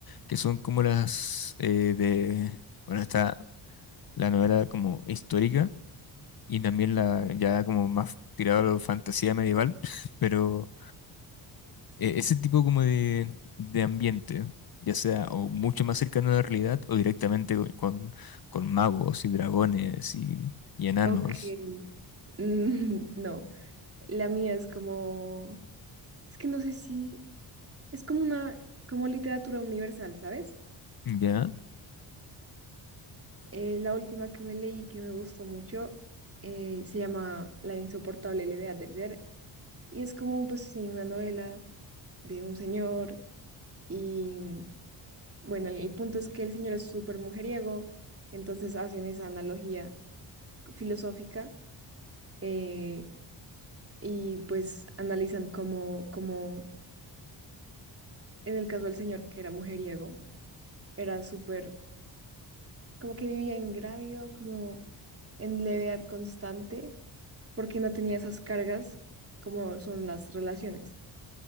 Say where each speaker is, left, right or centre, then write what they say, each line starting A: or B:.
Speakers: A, on the left; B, on the right.
A: que son como las eh, de, bueno, está la novela como histórica y también la ya como más tirada a la fantasía medieval, <laughs> pero eh, ese tipo como de, de ambiente, ya sea o mucho más cercano a la realidad o directamente con, con, con magos y dragones y, y enanos.
B: Ok, mm, <laughs> no, la mía es como, es que no sé si, es como una, como literatura universal, ¿sabes?
A: Ya,
B: Eh, la última que me leí que me gustó mucho eh, se llama La insoportable levedad del ser Y es como, pues sí, una novela de un señor y bueno, el, el punto es que el señor es súper mujeriego, entonces hacen esa analogía filosófica eh, y pues analizan cómo, cómo en el caso del señor que era mujeriego, era súper, como que vivía ingrávido, como en levedad constante, porque no tenía esas cargas como son las relaciones.